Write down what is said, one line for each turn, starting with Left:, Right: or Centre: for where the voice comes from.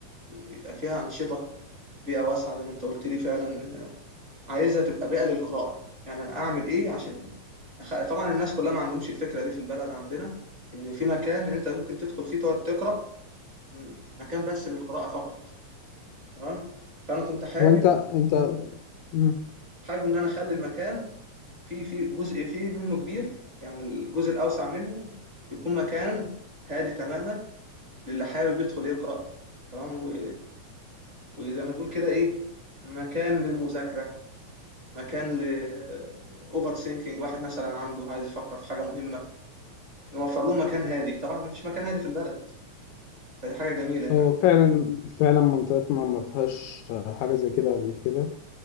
Right: يبقى فيها أنشطة بيئة واسعة زي ما أنت قلت لي فعلا آه، عايزها تبقى بيئة للقراءة يعني أنا أعمل إيه عشان أخ... طبعا الناس كلها ما عندهمش الفكرة دي في البلد عندنا إن في مكان إن أنت ممكن تدخل فيه تقعد تقرأ م، مكان بس للقراءة فقط تمام فأنا كنت حابب
Left: هو انت انت مم.
Right: حابب ان انا اخلي المكان فيه فيه جزء فيه منه كبير يعني الجزء الاوسع منه يكون مكان هادي تماما للي حابب يدخل يقرا تمام و- وزي ما تقول كده ايه مكان للمذاكره مكان ل اوفر ثينكينج واحد مثلا عنده عايز يفكر في حاجه مهمه نوفر له مكان هادي طبعا ما فيش مكان هادي في البلد فدي حاجه جميله يعني
Left: هو فعلا فعلا منطقتنا ما فيهاش حاجة زي كده قبل كده